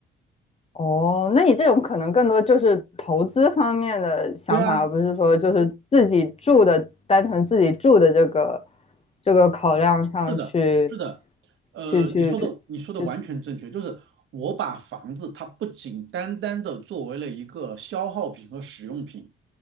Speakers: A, on the left; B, on the right.
A: 哦，那你这种可能更多就是投资方面的想法，
B: 对啊。
A: 而不是说就是自己住的，单纯自己住的这个这个考量上去
B: 是的，是的，呃，
A: 去去去。
B: 你说的你说的完全正确，就是我把房子它不仅单单的作为了一个消耗品和使用品，